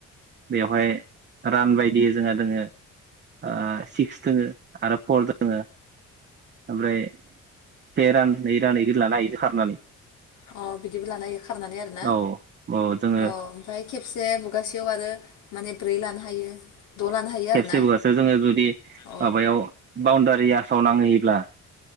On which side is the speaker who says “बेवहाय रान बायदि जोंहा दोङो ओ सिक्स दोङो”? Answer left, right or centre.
Right